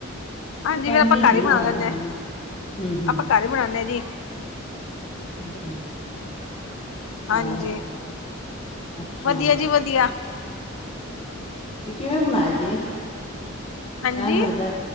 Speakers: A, on the left; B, on the left.
A: ਹਾਂਜੀ
B: ਫੈਮਲੀ
A: ਫੇਰ ਆਪਾਂ
B: ਚ'
A: ਘਰ
B: ਨਹੀਂ
A: ਹੀ ਬਣਾ
B: ਵਾਰਾ
A: ਲੈਂਦੇ
B: ਖਾਂਦਾ।
A: ਹਾਂ
B: ਹ ਹਮ
A: ਆਪਾਂ ਘਰ ਹੀ ਬਣਾਉਦੇ ਹਾਂ ਜੀ
B: -ਹਮ <inaudible>
A: ਹਾਂਜੀ
B: ਹੋ, ਅੱਛਾ।
A: ਵਧੀਆ ਜੀ ਵਧੀਆ।
B: ਤੇ ਕਿਵੇਂ ਬਣਾਏ ਸੀ।
A: ਵਧੀਆ ਹਾਂਜੀ
B: ਟਾਈਮ ਲੱਗਦਾ।